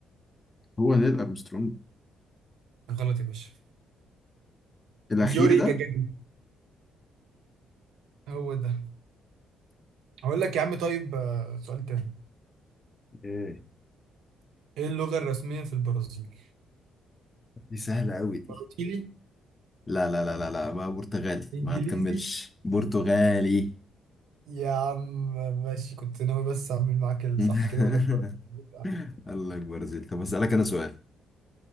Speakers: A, on the left; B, on the right.
A: هو نيل أرمسترونج
B: غلط يا باشا
A: الأخير
B: يوري
A: ده
B: جاجارين هو ده هقول لك يا عم طيب آه، سؤال تاني
A: ايه
B: ايه اللغة الرسمية في البرازيل؟
A: دي سهلة قوي دي
B: برازيلي
A: لا لا لا لا لا بقى برتغالي
B: انجليزي
A: ما تكملش برتغالي
B: يا عم ماشي كنت ناوي بس اعمل معاك الصح
A: <laughs>
B: كده اقول لك برازيلي
A: الله أكبر يا زيد طب هسألك أنا سؤال